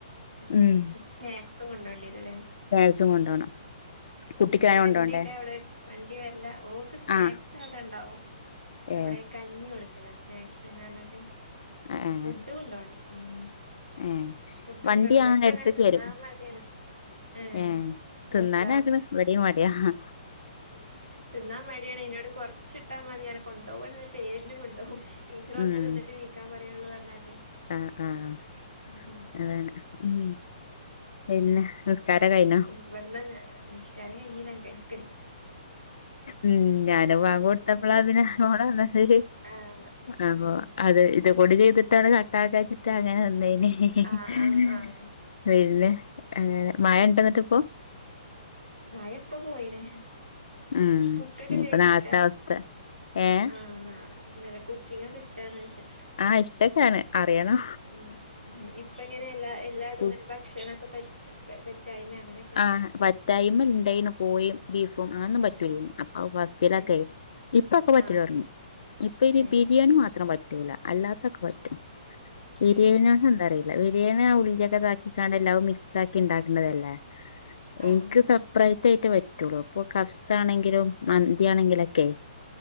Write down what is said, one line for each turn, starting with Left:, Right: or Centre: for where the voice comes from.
Right: ഏ
Left: ഉം
Right: സ്നാക്സും കൊണ്ടോണ്ടിരുല്ലേ
Left: പായസം കൊണ്ടോണം കുട്ടിക്കങ്ങനെ
Right: വണ്ടിയ്ക്കെ
Left: കൊണ്ടോണ്ടേ
Right: അവിടെ വണ്ടി വരില്ല ഓക്ക് സ്നാക്സ്
Left: ആഹ്
Right: അവിടെ ഒണ്ടാവും
Left: ഏ
Right: അവിടെ കഞ്ഞി കൊടുക്ക്ല സ്നാക്സ് എന്ന് പറഞ്ഞട്ട്
Left: ഏഹ്
Right: ഫുഡ് കൊണ്ടോണം ഉം
Left: ഏഹ്
Right: ഫുഡ്
Left: വണ്ടി
Right: കൊണ്ട് പോണം
Left: ഞങ്ങളുടെ
Right: ഇവക്കും
Left: അടുത്തേക്ക്
Right: അങ്ങനെ തിന്നാൻ
Left: വരും
Right: മടിയാണ് ആഹ്
Left: ഏഹ് തിന്നാനാക്കണ്
Right: ബസ്സ് ആ
Left: ഇവിടെയും മടിയാ ഹ് ഹാ
Right: തിന്നാ മടിയാണ് എന്നോട് കൊറ- കൊറച്ചിട്ടാ മതിയാര്ന്ന് കൊണ്ടുപോകുന്നത് പേരിന് കൊണ്ട്പോകും ടീച്ചറൊക്കെ
Left: ഉം
Right: തിന്നിട്ട് എണീക്കാൻ പറയുള്ളു പറഞ്ഞാട്ടെ
Left: ആഹ് ആഹ്
Right: ഉം ഉം
Left: അതാണ് ഉം പിന്നെ നിസ്കാര കഴിഞ്ഞോ
Right: മുവാണ്ടാൻ <unintelligible> മാങ്ങ നിസ്കാരം കഴിഞ്ഞരാഴ്ചയ് <unintelligible>
Left: ഉം ഞാന് വാങ്ക്
Right: അപ്പൊ
Left: കൊടുത്തപ്പോളാ അതിന് അവിടെ വന്നത്
Right: ആഹ്
Left: അനോ
Right: ഉം
Left: അതെ ഇത് ഇത് കൂടി ചെയ്തിട്ടാണ് കട്ടാ <unintelligible> ക്ക വച്ചിട്ടാണ് ഞാന് വന്നേനേ ഹി ഹി
Right: ആഹ്
Left: ഹി ഹ്
Right: ആഹ് ആഹ്
Left: പിന്നെ മഴ ഒണ്ടോ നിങ്ങക്ക് ഇപ്പോ
Right: മയ ഇപ്പ പോയിണ്
Left: ഉം
Right: കുക്കൊക്കെ
Left: ഇനിയിപ്പ
Right: ചെയ്യണ
Left: നാളത്തെ
Right: ഇഷ്ടാ
Left: അവസ്ഥ ഏഹ്
Right: ആഹ് നാടൻ പിന്നെ കുക്ക്- കുക്കിങ് ഒക്കെ ഇഷ്ട്ടയാണോന്ന് ചോദിച്ചേ
Left: ആഹ് ഇഷ്ടൊക്കെയാണ് അറിയണോ-
Right: ഉം ഇപ്പ ഇങ്ങനെ എല്ലാ എല്ലാതും
Left: കു
Right: അങ്ങനെ ഭക്ഷണൊക്കെ പെറ്റായ്മ അങ്ങനെ-
Left: ആഹ പറ്റായ്മ ഇണ്ടായിന്ന് കോഴിയും ബീഫും അങ്ങനൊന്നും പറ്റൂല
Right: ഏഹ്
Left: അപ്പൊ ഫസ്റ്റിലൊക്കെ
Right: ഏഹ്
Left: ഇപ്പൊക്കെ പറ്റൂല
Right: ആഹ്
Left: പറഞ്ഞു ഇപ്പൊ ഇനി
Right: ഏഹ്
Left: ബിരിയാണി മാത്രം പറ്റ- പറ്റൂല അല്ലാത്തൊക്കെ പറ്റും ബിരിയാണിയ
Right: ഏ
Left: എന്താന്ന് അറിയത്തില്ല ബിരിയാണി ആ ഉള്ളിയൊക്കെ ചതച്ചിക്കാണ് എല്ലാവും മിക്സ് ആക്കി ഇണ്ടാക്കണതല്ലേ
Right: ആഹ്
Left: എനിക്ക് സപ്രയിറ്റ് ആയിട്ട് പറ്റുള്ളൂ ഇപ്പൊ കബ്സ് ആണെങ്കിലും മന്തിയാണെങ്കിലുംക്കെ